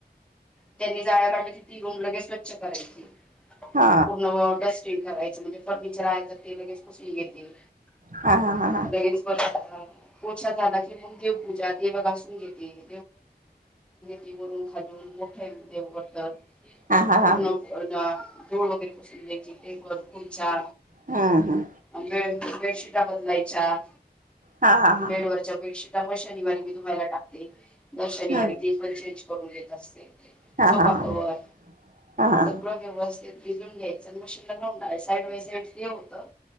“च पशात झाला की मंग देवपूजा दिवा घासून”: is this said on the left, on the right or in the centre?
Centre